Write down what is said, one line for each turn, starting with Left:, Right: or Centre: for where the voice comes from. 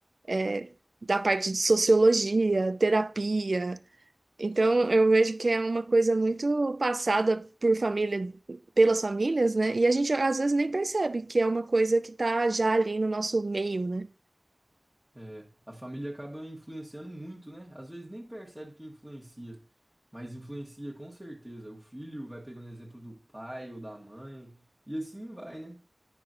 Right: é, da parte de sociologia, terapia, então, eu vejo que é uma coisa muito passada por família, pelas famílias, né? E a gente às vezes nem percebe que é uma coisa que tá já ali no nosso meio, né?
Centre: É, a família acaba influenciando muito, né? Às vezes nem percebe que influencia, mas influencia com certeza. O filho vai pegando exemplo do pai ou da mãe, e assim vai, né?